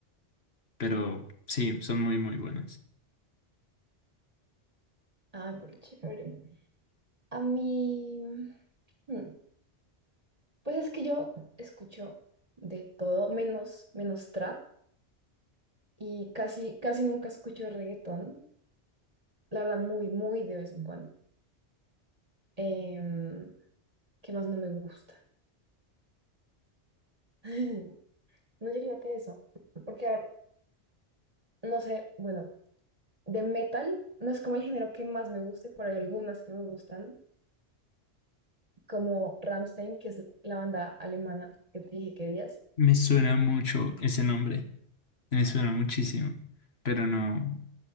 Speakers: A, on the left; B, on the right.
A: pero sí, son muy, muy buenas.
B: Ah, pero chévere. A mí. hmm, Pues es que yo escucho de todo, menos, menos trap. Y casi, casi nunca escucho reggaetón. La verdad, muy, muy de vez en cuando. Em, ¿qué más no me gusta? <laughs> No, yo diría que eso. Porque, a ver, no sé, bueno, de metal no es como el género que más me guste, pero hay algunas que me gustan, como Rammstein, que es la banda alemana que te dije que días.
A: Me suena mucho ese nombre, me suena muchísimo, pero no,